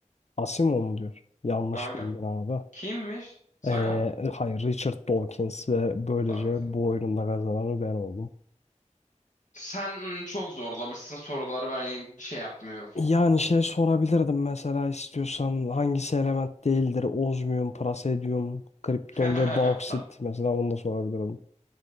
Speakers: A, on the left; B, on the left.
A: Asimov mu diyor? Yanlış
B: Aynen.
A: bildin abi.
B: Kimmiş? Sagan
A: Ee,
B: mı?
A: hayır Richard Dawkins ve böylece
B: Tamam.
A: bu oyunun da kazananı ben oldum.
B: Sen çok zorlamışsın soruları ben şey yapmıyorum.
A: Yani şey sorabilirdim mesela istiyorsan hangisi element değildir? Ozmiyum, prasedyum, kripton
B: <laughs>
A: ve bauksit.
B: Tamam.
A: Mesela bunu da sorabilirdim.